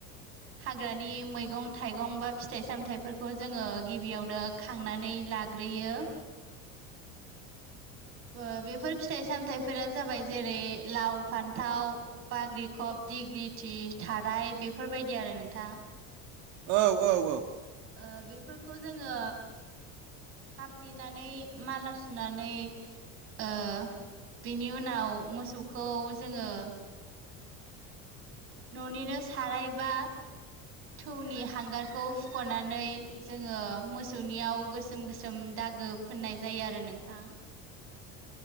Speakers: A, on the right; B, on the right.
A: हाग्रानि मैगं थाइगं बा फिथाइ सामथाइफोरखौ जोङो गिबियावनो खांनानै। लाग्रोयो। <inaudible> बेफोर फिथाइ सामथायाइफोरा जाबाय जेरै लाव फान्थाव बाग्रिखब दिग्लि। फुथि थाराय बेफोरबायदि आरो नोंथां।
B: औ औ औ।
A: ओ बेफोरखौ जोङो। हाफ्लेनानै माला सुनानै। बेनि उनाव मोसौखौ जोङो। न'निनो सारायबा। थौनि हांगारखौ हुख'नानै जोङो मोसौनियाव गोसोम गोसोम द दागो फोननाय जायो आरो नोंथां।